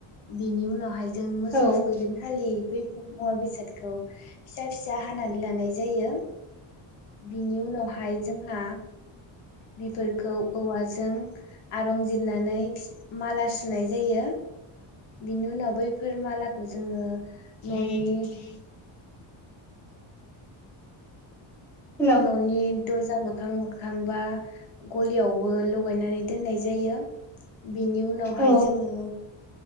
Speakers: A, on the left; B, in the centre.
A: बिनि उनावहाय जों मोसौ
B: औ
A: थुखैगोन खालि बैफो मुवा बेसाद खौ फिसा फिसा हानानै लानाय जायो। बिनि उनावहाय जोंहा बिफोरखौ औवाजों आरंजिरनानै फि माला सुनाय जायो। बिनि उनाव बैफोर मालाखौ जोङो न'नि
B: हेलौ
A: न'नि दरजा मोखां मोखांबा गलियावबो लगायनानै दोननाय जायो। बिनि उनावहाय
B: औ
A: जोङो